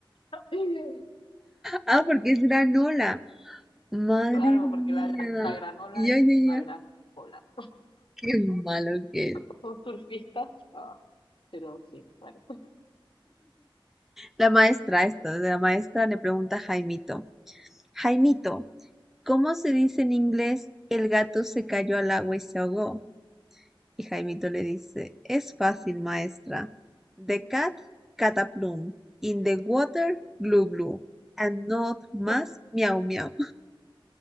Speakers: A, on the left (about 70°); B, in the centre.
A: <laughs>
B: Ah, porque es granola. Madre
A: Claro,
B: mía.
A: porque la, gran- la granola
B: Ya,
A: es
B: ya,
A: la
B: ya.
A: gran ola.
B: Qué malo que
A: Y
B: es.
A: <laughs> como son surfistas, ah, pero sí, bueno.
B: La maestra, esto, la maestra le pregunta a Jaimito. Jaimito, ¿cómo se dice en inglés el gato se cayó al agua y se ahogó? Y Jaimito le dice, es fácil, maestra. The cat cataplum, in the water glu glu, and not más
A: <laughs>
B: miau miau,